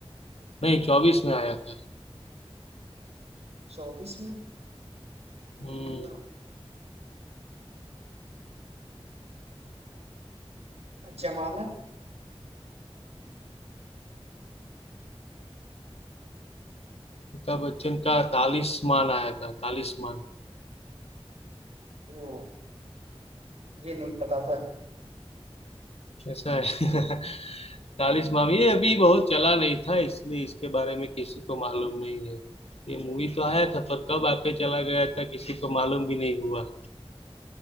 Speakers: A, on the left; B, on the right.
A: नहीं चौबीस में आया था
B: चौबीस में हम्म,
A: हम्म।
B: जमानत
A: अमिताभ बच्चन का तालिस्मान आया था तालिस्मान
B: वो ये नहीं पता था
A: कैसा है <laughs> तालिस्मान ये अभी बहुत चला नहीं था इसलिए इसके बारे में किसी को मालूम नहीं है ये मूवी तो आया था पर कब आके चला गया था किसी को मालूम भी नहीं हुआ